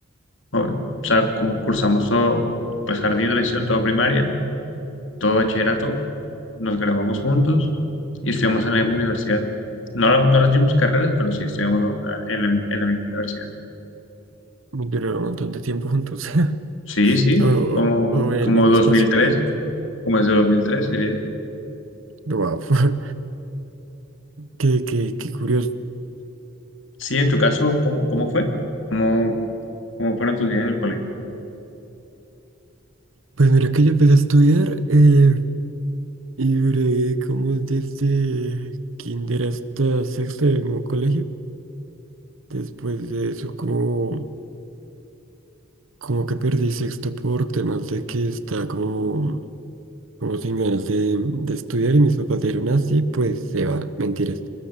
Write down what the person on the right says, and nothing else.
Duraron un montón de tiempo juntos <laughs>
o, o-
o en
el mismo
espacio.
Wow, <laughs> qué, qué, qué curioso.
Pues mira que yo empecé a estudiar. eh, Y duré como desde kinder hasta sexto del mismo colegio. Después de eso, como, como que perdí sexto por temas de que estaba como, como sin ganas de, de estudiar y mis papás dijeron así, pues se va, mentiras.